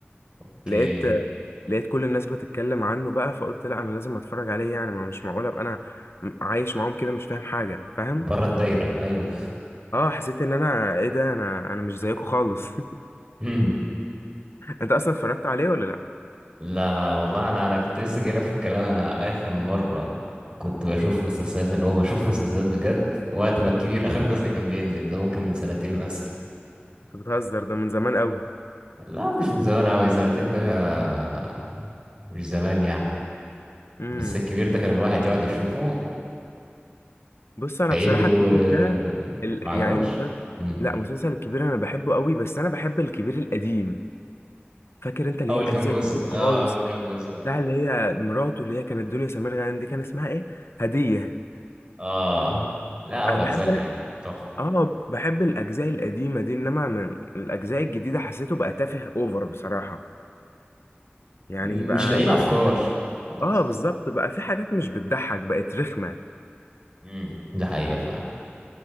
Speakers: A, on the right; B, on the left.
A: اوكي
B: لقيت لقيت كل الناس بتتكلم عنه بقى فقلت لا انا لازم اتفرج عليه يعني ما مش معقول ابقى انا م- عايش معاهم كده مش فاهم حاجة فاهم
A: بره الدايره ايوه
B: اه حسيت ان انا ايه ده انا انا مش زيكم خالص <laughs>
A: <laughs> مم.
B: انت اصلا اتفرجت عليه ولا لا
A: لا لا والله انا انا كنت لسه جايلك في الكلام انا اخر مره كنت بشوف مسلسلات اللي هو بشوف مسلسلات بجد وقت ما الكبير اخر جزء كان بينزل ده ممكن من سنتين بس
B: انت بتهزر ده من زمان قوي
A: لا مش من زمان أوي سنتين ده كا- مش زمان يعني
B: امم
A: بس الكبير ده كان الواحد يقعد يشوفه
B: بص انا
A: تعيده
B: بصراحه الكبير
A: آه،
B: ده ال...
A: ما عجبكش
B: يعني مسلسل
A: مم.
B: لا مسلسل الكبير انا بحبه قوي بس انا بحب الكبير القديم فاكر انت اللي
A: أول
B: هي الاجزاء
A: كام جزء
B: الكبيره خالص
A: اه أول كام جزء اه
B: بتاع اللي هي مراته اللي هي كانت دنيا سمير غانم دي كان اسمها ايه هديه
A: آه. لا أول
B: انا
A: أجزاء
B: بحب
A: كانت
B: انا
A: تحفة
B: اه بحب الاجزاء القديمه دي انما من الاجزاء الجديده حسيته بقى تافه اوفر بصراحه يعني
A: مش
B: بقى
A: لاقيين
B: بقى
A: أفكار
B: في حاجات
A: خلاص
B: اه
A: بقى
B: بالظبط بقى في حاجات مش بتضحك بقت رخمه
A: مم. ده حقيقة فعلا